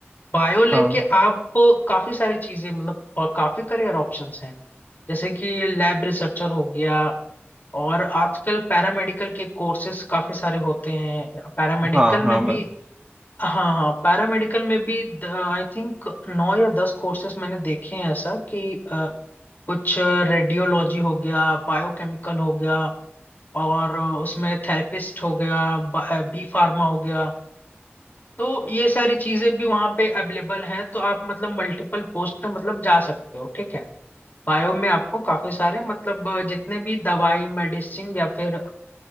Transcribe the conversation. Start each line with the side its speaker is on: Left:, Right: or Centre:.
Left: बायो लेके
Right: हाँ
Left: आप काफी सारी चीजें मतलब अ, काफी करियर ऑप्शंस हैं जैसे कि लैब रिसर्चर हो गया और आजकल पैरामेडिकल के कोर्सेज काफी सारे होते हैं पैरामेडिकल
Right: हाँ हाँ
Left: में
Right: मैं
Left: भी हाँ हाँ पैरामेडिकल में भी आई थिंक नौ या दस कोर्सेज मैंने देखे हैं ऐसा कि अ, कुछ रेडियोलॉजी हो गया बायोकेमिकल हो गया और अ, उसमें थेरेपिस्ट हो गया बी फार्मा हो गया तो ये सारी चीजें भी वहाँ पे अवेलेबल है तो आप मतलब मल्टीपल पोस्ट पे मतलब जा सकते हो ठीक है बायो में आपको काफी सारे मतलब अ, जितने भी दवाई मेडिसिन या फिर